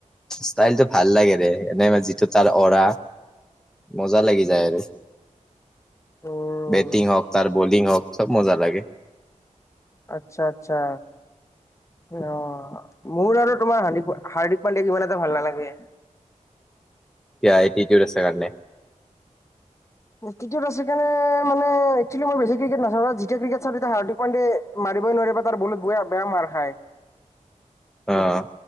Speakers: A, in the centre; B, on the left (about 20°).
A: ষ্টাইলটো ভাল লাগে ৰে। এনে মানে যিটো তাৰ অ'ৰা, মজা লাগি যাই আৰু।
B: উম
A: বেটিং হওঁক, তাৰ বলিং হওঁক, চব মজা লাগে।
B: আচ্ছা। আচ্ছা। অ'হ। মোৰ আৰু তোমাৰ হানিক প হাৰিক পানডিয়াক ইমান এটা ভাল নালাগে।
A: কিয়া? এটিটিউদ আছে কাৰণে
B: এটিটিউদ আছে কাৰণে মানে একচুৱেলি মই বেছি ক্ৰিকেট নাচাওঁ। যেতিয়া ক্ৰিকেট চাওঁ তেতিয়া হাৰ্ডিক পাণ্ডিয়ে মাৰিবই নোৱাৰিবা তাৰ বলত বেয়া -বেয়া মাৰ খায়।
A: অ',
B: হোহ।